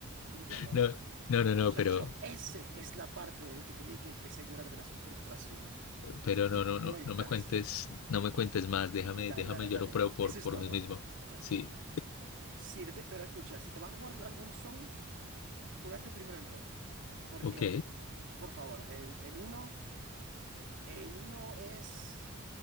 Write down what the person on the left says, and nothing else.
No, no, no,
no, pero,
pero
no, no,
no, no me cuentes, no me cuentes más. Déjame,
déjame,
yo lo pruebo por,
por
mí mismo.
Sí,
ok,